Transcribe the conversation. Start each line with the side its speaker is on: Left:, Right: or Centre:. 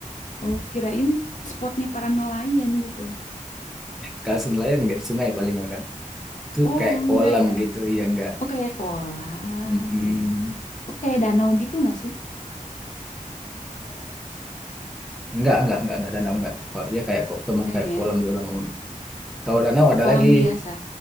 Left: oh kirain spotnya para nelayan gitu.
Centre: Kalau nelayan nggak di sungai palingan kan. Itu
Left: Oh,
Centre: kayak kolam
Left: enggak ya.
Centre: gitu, ya enggak.
Left: Oh, kayak kolam.
Centre: Mm
Left: Oh, kayak danau gitu enggak sih?
Centre: Enggak, enggak, enggak, enggak danau enggak. Kok dia kayak kok cuman
Left: Enggak
Centre: kayak
Left: ya.
Centre: kolam doang. Kalau danau ada
Left: Kolam
Centre: lagi.
Left: biasa.